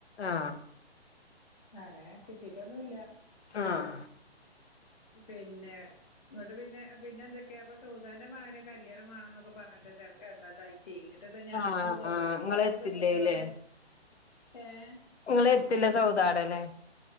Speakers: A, on the left; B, on the left.
A: ആഹ്.
B: അങ്ങനെ കിട്ടിട്ടൊന്നുല്ല.
A: ആഹ്.
B: പിന്നെ ന്നിട്ട് പിന്നെ പിന്നെ എന്തൊക്കെയാ ആപ്പോ സൗദാന്റെ മഅനൊ കല്യാണം വാണം ന്നൊക്കെ പർ ഞ്ഞിട്ട് തെര <unintelligible> ന്നിട്ട് പ്പ ഞാന്
A: ആഹ്
B: സൗകത്തിനോട്
A: ആഹ് ഇങ്ങള്
B: അർഞ്ഞ്
A: എത്തില്ലേല്ലേ
B: ട്ട് സൗകത്തവ്ടെ ഏഹ്
A: ഇങ്ങള് എത്തില്ല സൗദാടല്ലേ